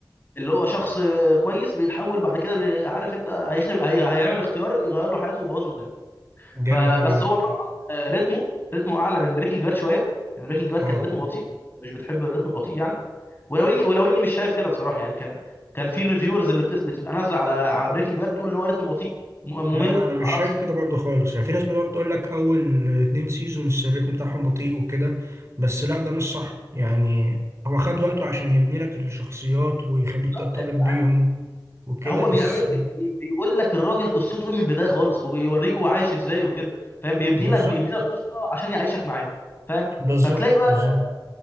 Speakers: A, on the left; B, on the right.
A: اللي هو شخص كويس بيتحول بعد كده ل- عارف انت هيخرب هي... هيعمل اختيار يغير له حياته ويبوظ له الدنيا
B: جامد
A: فبس
B: قوي ده
A: هو طبعا آه، رتمه رتمه اعلى من بريكنج باد شويه بريكنج باد
B: اه
A: كان رتمه بطيء مش بتحب الرتم البطيء يعني ولو اني ولو اني مش شايف كده بصراحه يعني كان كان في الريفيورز اللي بتس... بتبقى نازله على على بريكنج باد بتقول ان هو رتمه بطيء م- ممل
B: لا لا انا مش
A: معرفش
B: شايف كده
A: ايه
B: برضو خالص يعني في ناس بتقعد تقول لك اول اتنين سيزونز الريتم بتاعهم بطيء وكده بس لا ده مش صح يعني هو خد وقته عشان يبني لك الشخصيات ويخليك
A: بالظبط
B: ترتبط
A: يا جدعان
B: بيهم وكده
A: هو
B: بس
A: بيعمل بي... بي... بيقول لك الراجل قصته ايه من البدايه خالص وبيوريك هو عايش ازاي وكده فاهم بيبني
B: بالظبط
A: لك بيبني لك قصه عشان يعيشك معاه فاهم
B: بالظبط
A: فتلاقي بقى
B: بالظبط